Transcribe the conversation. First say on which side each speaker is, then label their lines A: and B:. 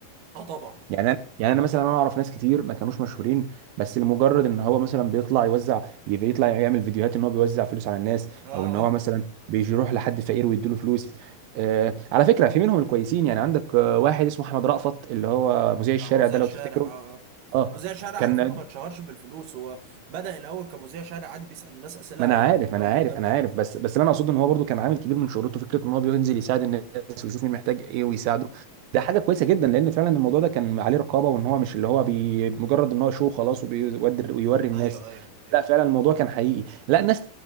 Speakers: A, on the right (about 75°); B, on the right (about 80°).
A: اه طبعا
B: يعني انا يعني انا مثلا انا اعرف ناس كتير ما كانوش مشهورين بس لمجرد ان هو مثلا بيطلع يوزع بيطلع يعمل فيديوهات ان هو بيوزع فلوس على الناس
A: اه
B: او ان هو مثلا بيروح لحد فقير ويديله فلوس آه على فكره في منهم الكويسين يعني عندك آه، واحد اسمه احمد رأفت اللي هو مذيع الشارع
A: آه، مذيع
B: ده لو
A: شارع
B: تفتكره
A: اه آه.
B: اه
A: مذيع شارع
B: كان
A: على فكره ما اتشهرش بالفلوس هو بدأ الاول كمذيع شارع عادي بيسأل الناس اسئله
B: ما انا عارف
A: غريبه
B: انا
A: ومختلفه
B: عارف انا عارف بس بس اللي انا اقصده ان هو برضو كان عامل كبير من شهرته فكره ان هو بينزل يساعد الناس ويشوف
A: مم.
B: مين محتاج ايه
A: مم.
B: ويساعده ده حاجه كويسه جدا لان فعلا الموضوع ده كان عليه رقابه وان هو مش اللي هو بي مجرد ان هو شو خلاص وبيودر ويوري الناس
A: ايوه ايوه ايوه
B: لا فعلا الموضوع كان حقيقي لا ناس